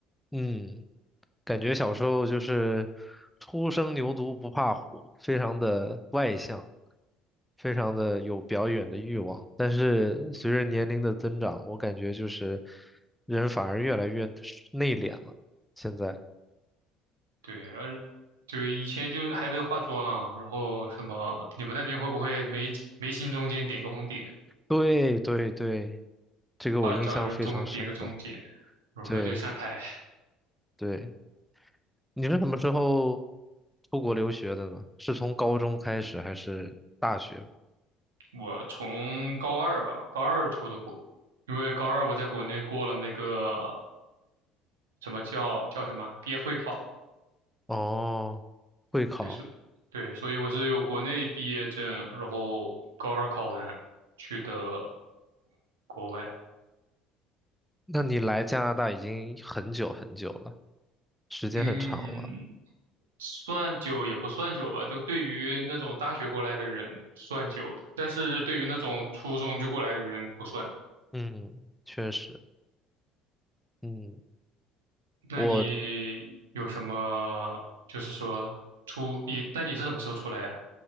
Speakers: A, in the centre; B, on the right.
A: 嗯。感觉小时候就是初生牛犊不怕虎，非常的外向，非常的有表演的欲望。但是随着年龄的增长，我感觉就是人反而越来越内敛了。现在，
B: 对，而对以前就还能化妆，然后什么，你们那边会不会眉眉心中间点个红点，
A: 对对对，这个我印象非常深刻。
B: 化了妆的时候中点个中间，然后就上台？
A: 对对，你是什么时候出国留学的呢？是从高中开始还是大学？
B: 我从高二吧，高二出的国，因为高二我在国内过了那个什么叫叫什么毕业会考，
A: 哦，会考。
B: 对，是，对，所以我是有国内毕业证，然后高二考完去的国外，
A: 那你来加拿大已经很久很久了，时间很长了。
B: 嗯，算久也不算久吧，就对于那种大学过来的人算久的，但是对于那种初中就过来的人不算。
A: 嗯，确实。嗯，
B: 那你
A: 我
B: 有什么，就是说出你，那你是什么时候出来的？